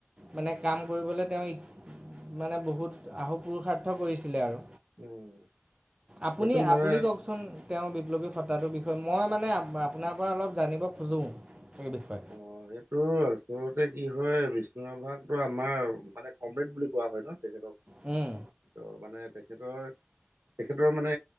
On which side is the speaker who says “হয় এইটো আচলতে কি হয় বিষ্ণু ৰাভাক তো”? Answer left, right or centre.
Right